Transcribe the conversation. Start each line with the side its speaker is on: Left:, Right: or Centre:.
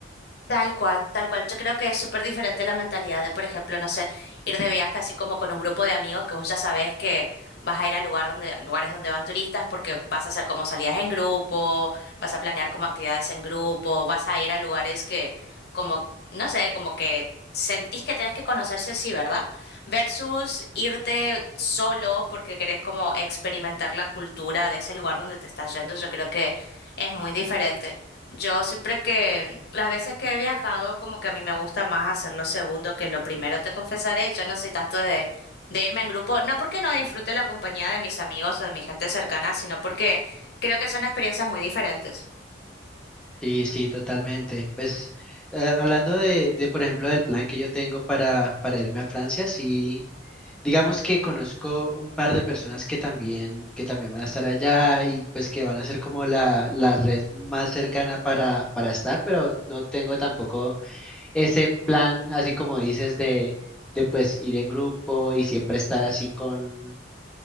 Left: Tal cual, tal cual. Yo creo que es súper diferente la mentalidad de, por ejemplo, no sé, ir de viaje así como con un grupo de amigos que vos ya sabés que vas a ir a lugar donde, lugares donde van turistas porque vas a hacer como salidas en grupo, vas a planear como actividades en grupo, vas a ir a lugares que como, no sé, como que sentís que tenés que conocerse así, ¿verdad? Versus irte solo porque querés como experimentar la cultura de ese lugar donde te estás yendo. Yo creo que es muy diferente. Yo siempre que, las veces que he viajado, como que a mí me gusta más hacer lo segundo que lo primero, te confesaré, yo no soy tanto de, de irme en grupo, no porque no disfrute la compañía de mis amigos o de mi gente cercana, sino porque creo que son experiencias muy diferentes.
Centre: Sí, sí, totalmente. Pues eh, hablando de, de, por ejemplo, del plan que yo tengo para, para irme a Francia, sí, digamos que conozco un par de personas que también, que también van a estar allá y pues que van a ser como la, la red más cercana para, para estar, pero no tengo tampoco ese plan, así como dices, de, de pues ir en grupo y siempre estar así con